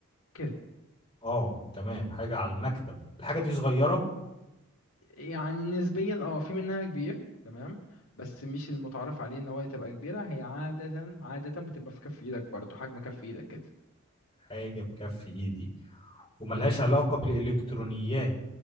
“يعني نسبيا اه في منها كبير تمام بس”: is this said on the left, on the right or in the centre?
Left